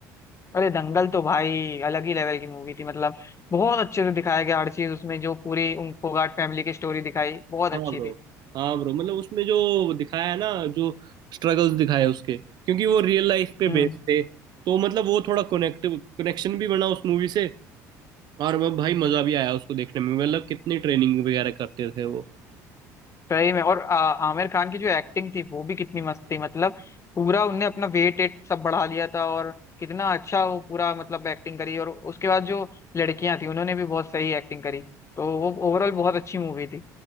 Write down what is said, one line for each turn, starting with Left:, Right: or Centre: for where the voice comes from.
Left: अरे दंगल तो भाई अलग ही लेवल की मूवी थी मतलब बहुत अच्छे से दिखाया गया हर चीज उसमें जो पूरी उन फोगाट फैमिली की स्टोरी दिखाई बहुत अच्छी
Right: हाँ ब्रो
Left: थी
Right: हाँ ब्रो मतलब उसमें जो दिखाया है ना जो स्ट्रगल्स दिखाए उसके क्योंकि वो रियल लाइफ पे
Left: हम्म
Right: बेस्ड थे तो मतलब वो थोड़ा कनेक्टिव कनेक्शन भी बना उस मूवी से और वो भाई मजा भी आया उसको देखने में मतलब कितनी ट्रेनिंग वगैरह करते थे वो
Left: सही में और आ, आमिर खान की जो एक्टिंग थी वो भी कितनी मस्त थी मतलब पूरा उनने अपना वेट एट सब बढ़ा लिया था और कितना अच्छा वो पूरा मतलब एक्टिंग करी और उसके बाद जो लड़कियां थी उन्होंने भी बहुत सही एक्टिंग करी तो वो ओवरऑल बहुत अच्छी मूवी थी